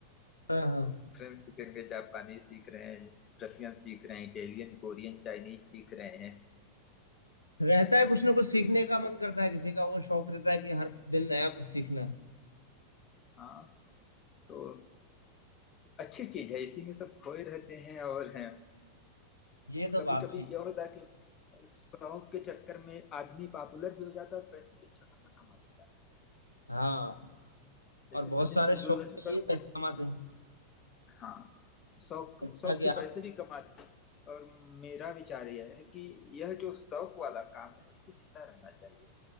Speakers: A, on the left; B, on the left.
A: हाँ हाँ हाँ।
B: तो फ्रेंच सीखेंगे जापानी सीख रहे हैं रसियन सीख रहे हैं इटालियन कोरियन चाइनीज सीख रहे हैं
A: रहता है कुछ ना कुछ सीखने का मन करता है किसी का वो शौक रहता है कि हर दिन नया कुछ सीखना है
B: हाँ तो अच्छी चीज है इसी में सब खोए रहते हैं और हैं
A: ये तो
B: कभी
A: बात
B: कभी
A: सही
B: यह होता है कि शौक के चक्कर में आदमी पॉपुलर भी हो जाता है और पैसे भी अच्छा खासा कमा लेता है
A: है। हाँ
B: जैसे
A: और बहुत
B: सचिन
A: सारे
B: तेंदुलकर
A: शौक के लिए पैसे कमाते हैं
B: हाँ शौक
A: जैसा
B: शौक
A: कि
B: से
A: आप
B: पैसे भी कमाते हैं और मेरा विचार यह है कि यह जो शौक वाला काम है इसे जिंदा रहना चाहिए